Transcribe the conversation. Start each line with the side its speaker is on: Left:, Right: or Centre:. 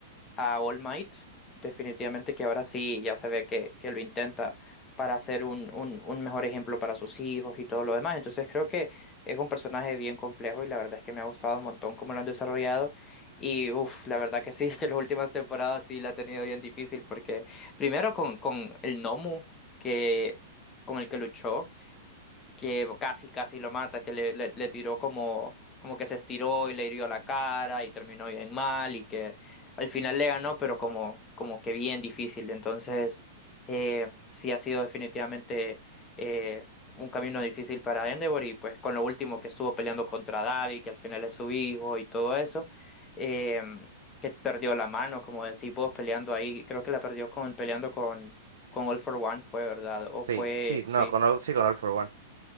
Left: a All Might, definitivamente que ahora sí ya se ve que, que lo intenta para ser un, un, un mejor ejemplo para sus hijos y todo lo demás. Entonces creo que es un personaje bien complejo y la verdad es que me ha gustado un montón cómo lo han desarrollado. Y uff, la verdad que sí, <laughs> que las últimas temporadas sí la ha tenido bien difícil porque primero con, con el Nomu que, con el que luchó que casi, casi lo mata, que le, le, le tiró como, como que se estiró y le hirió la cara y terminó bien mal y que al final le ganó, pero como, como que bien difícil. Entonces, eh, sí ha sido definitivamente eh, un camino difícil para Endeavor y pues con lo último que estuvo peleando contra Davi, que al final es su hijo y todo eso, eh, que perdió la mano, como decís vos, peleando ahí, creo que la perdió con, peleando con... Con All for One fue, ¿verdad? O
Right: Sí,
Left: fue,
Right: sí, no,
Left: sí,
Right: con All, sí, con All for One.